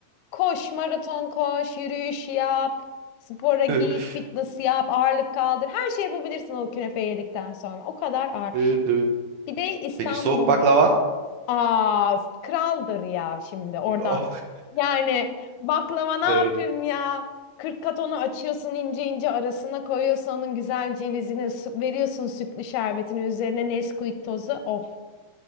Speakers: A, on the left; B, on the right.
A: koş, maraton koş, yürüyüş yap, spora git,
B: <laughs>
A: fitness yap, ağırlık kaldır. Her şey yapabilirsin o künefeyi yedikten sonra. O kadar ağır.
B: Evet evet.
A: Bir de İstanbul'un
B: Peki soğuk baklava?
A: aa kraldır ya şimdi oradan.
B: Oh,
A: Yani baklava ne
B: evet.
A: yapayım ya? 40 kat onu açıyorsun ince ince arasına koyuyorsun onun güzel cevizini su- veriyorsun sütlü şerbetini üzerine Nesquik tozu. Of.